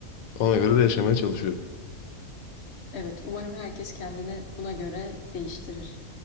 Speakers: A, on the left (about 80°); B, on the left (about 55°).
A: Ona göre de yaşamaya çalışıyorum.
B: Evet, umarım herkes kendini buna göre değiştirir.